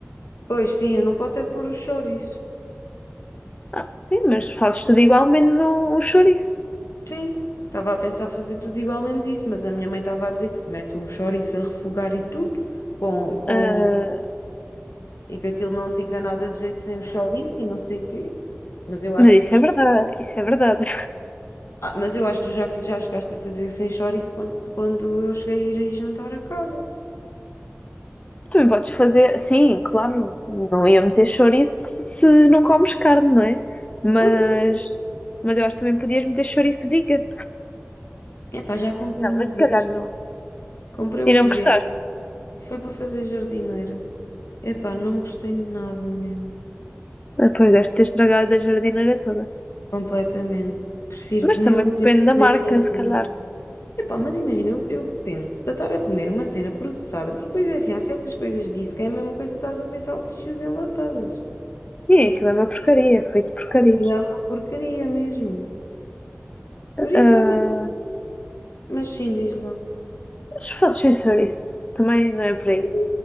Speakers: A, on the left; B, on the left.
A: Pois sim, eu não posso é pôr os chouriços.
B: Ah, sim, mas fazes tudo igual, menos um, um chouriço.
A: Sim, estava a pensar fazer tudo igualmente isso, mas a minha mãe estava a dizer que se mete o chouriço a refogar e tudo, com, com...
B: Ah,
A: e que aquilo não fica nada de jeito sem o chouriço e não sei o quê. Mas eu acho
B: mas
A: que tu
B: isso
A: já
B: é verdade, isso é verdade.
A: Ah, mas eu acho que tu já, fiz, já chegaste a fazer sem chouriço quando, quando eu cheguei a ir aí jantar a casa.
B: Também podes fazer, sim, claro, não ia meter chouriço se não comes carne, não é? Mas,
A: Pois.
B: mas eu acho que também podias meter chouriço vegan.
A: Epá, já comprei
B: Não,
A: uma
B: mas
A: vez.
B: se calhar não.
A: Comprei uma
B: E não
A: vez.
B: gostaste?
A: Foi para fazer jardineira. Epá, não gostei de nada mesmo.
B: Depois deves ter estragado a jardineira toda.
A: Completamente. Prefiro
B: Mas
A: mil
B: também depende
A: vezes
B: da
A: comer
B: marca,
A: sem
B: se
A: nada.
B: calhar.
A: Epá, mas imagina, eu, eu penso, para estar a comer uma cena processada, porque depois é assim, há certas coisas disso que é a mesma coisa que estás a comer salsichas enlatadas.
B: E aquilo é uma porcaria, feito porcaria.
A: E é uma porcaria mesmo. Por isso,
B: Ah,
A: olha, mas sim, diz lá.
B: mas se fosses sem chouriço, também não é por aí.
A: Sim,